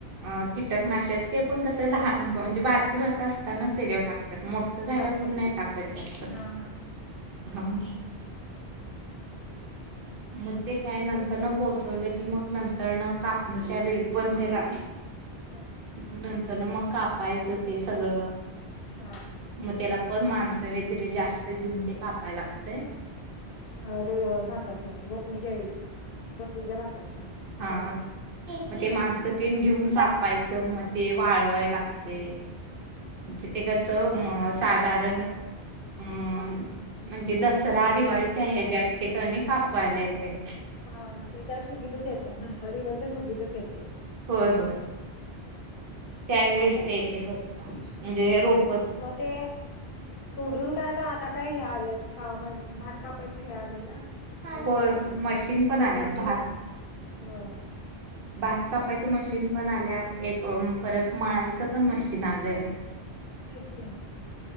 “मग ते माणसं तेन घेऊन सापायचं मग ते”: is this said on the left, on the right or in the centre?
Right